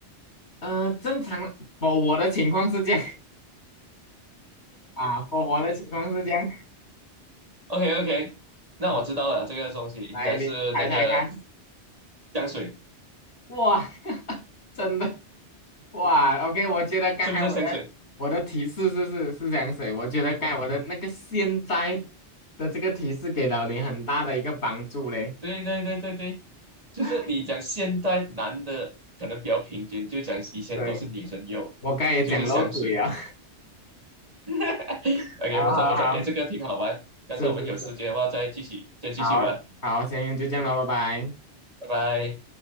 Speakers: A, on the left (about 65°); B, on the right (about 35°).
A: 呃，正常 f 我的情况是这样 <laughs> 啊 f 我的情况是这样
B: ？OK OK，那我知道了，
A: 啊，
B: 这个东西应该是那个
A: 来，你猜猜看，
B: 香水，
A: 哇，<laughs> 真的。哇，OK，我觉得刚才我的
B: 是不是香水？
A: 我的提示是是是这样子，我觉得刚才我的那个现在的这个提示给了你很大的一个帮助嘞。
B: 对对对对对，就是你讲现在男的可能比较平均，
A: <laughs>
B: 就讲以前都是女生用，
A: 对，我刚才也讲漏嘴啊。
B: 就是香水。<laughs>
A: <laughs>
B: OK，
A: 好好好，
B: 不错不错，诶，这个挺好玩，但是我们有时间的话再继续再继续玩。
A: 是是是，好好，先就这样了，
B: 嗯，
A: 拜拜。
B: 拜拜。